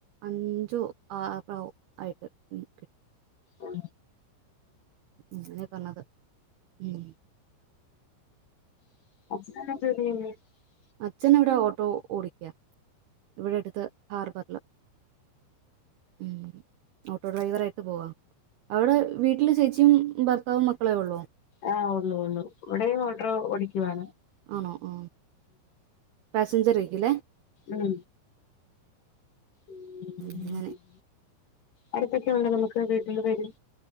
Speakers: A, on the right; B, on the left.
A: അഞ്ചോ ആറോ ആയിട്ട് കിട്ടും
B: ആ
A: അങ്ങനെ പറഞ്ഞത് ഉം
B: <unintelligible>
A: അച്ഛനവിടെ ഓട്ടോ ഓടിക്കാ ഇവിടെ അട്ത്ത് ഹാർബറ്ല് ഉം ഓട്ടോ ഡ്രൈവറായിട്ട് പോവാ അവിടെ വീട്ടില് ചേച്ചിയും ഭർ ഭർത്താവും മക്കളെ ഉള്ളോ
B: ആഹ് ഒള്ളൂ ഒള്ളു ഇവിടെയും ഓട്ട്ർ ഓടിക്കുവാ
A: ആണോ ആഹ് ഹസ് സഞ്ചറ്യക്കുലെ
B: ഉം ഉം
A: അങ്ങനെ
B: അടുത്തൊക്കെ ഉണ്ടെങ്കിൽ നമുക്ക് വീട്ടിൽ വരും